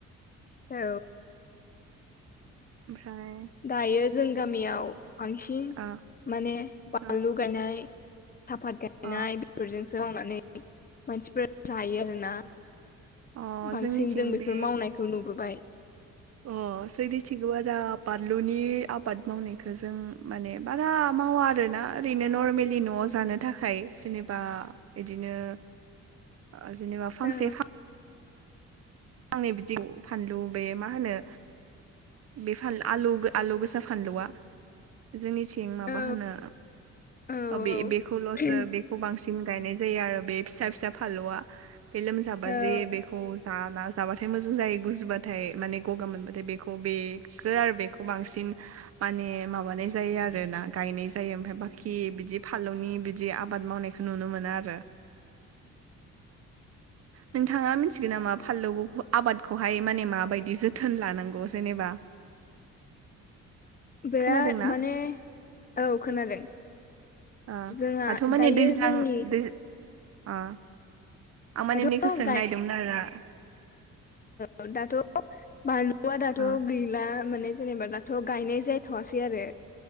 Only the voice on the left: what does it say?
औ
दायो जों गामियाव बांसिन
माने बानलु
गायनाय साफात गायनाय
बेफोरजोंसो मावनानै मानसिफोरा जायो आरो ना।
बांसिन
जों बेफोर
मावनायखौ नुबोबाय
औ
औ
औ
औ
औ
बिराद
माने औ खोनादों
जोंहा
दायो
जोंनि
दाथ'
औ दाथ' बानलुआ दाथ'
गैला माने जेनेबा दा थ' गायनाय जाथ'आसै आरो